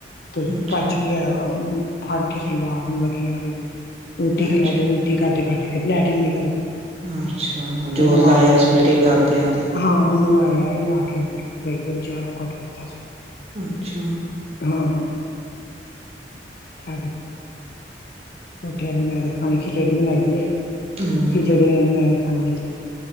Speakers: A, on the left; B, on the right.
A: ਤੇ
B: ਅੱਛਾ
A: ਭੱਜ ਗਿਆ, ਔ ਫੜ ਕੇ ਸਲਵਾਰ ਨੂੰ ਲਗੀ ਆਵੇ, ਮੈਨੂੰ ਉਲਟੀ
B: ਅੱਛਾ
A: ਕਰਾ ਦੋ। ਕਰਦੇ-ਕਰਦੇ ਫਿਰਰ ਲੈਟਿੰਗ ਨਿਕਲ ਗਈ।
B: ਅੱਛਾ ਜ਼ੋਰ
A: ਤੇ ਨਵਾਇਆਂ,
B: ਲਾਇਆ ਸੀ ਉਲਟੀ ਕਰਦਿਆਂ ਤੇ
A: ਹਾਂ ਨਵਾਇਆ ਨਵਾ ਕੇਂਦਰ ਗਈ, ਹੁਣ ਚਾਹ ਦਾ ਘੁੱਟ ਪੀਤਾ ਸੂ।
B: ਅੱਛਾ।
A: ਹਾਂ। ਬ ਰੋਟੀ ਆਦੀ ਮੈਂ ਨੀ ਖਾਣੀ, ਖਿਚੜੀ ਬਣਾਈਏ,
B: ਹਮ
A: ਖਿਚੜੀ ਕਹਿੰਦੀ ਮੈਂ ਨੀ ਖਾਣੀ ਹਜੇ